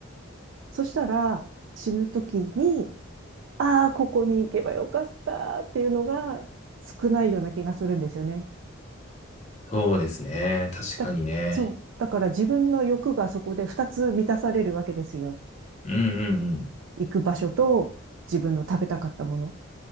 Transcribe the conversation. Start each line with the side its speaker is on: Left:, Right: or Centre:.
Right: そしたら、死ぬ時に、ああ、ここに行けばよかったっていうのが少ないような気がするんですよね。
Left: そうですね。確かにね。
Right: だ、そう。だから自分の欲がそこで二つ満たされるわけですよ。
Left: うん、うん、
Right: 行く場所と自分の食べたかったもの。